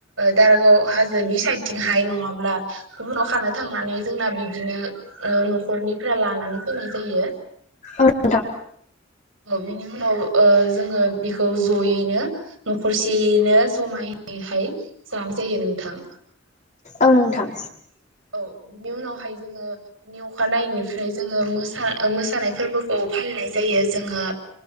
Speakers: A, on the right (about 85°); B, on the left (about 40°).
A: दारागाव हाजोनि साइडथिंहाय नङाब्ला गुबुनाव खानो थांनानै जोंना बिदिनो न'खरनिफ्राय लानानै फैनाय जायो
B: औ नोंथां
A: बिनि उनाव ओ जोङो बेखौ जयैनो न'खरसेयैनो जमायहाय जानाय जायो नोंथां।
B: औ नोंथां
A: औ बिनि उनावहाय जोङो बिनि अखानायैनायनिफ्राय जोङो मोसा ओ मोसानाय फोरबो औ फालिनाय जायो जोङो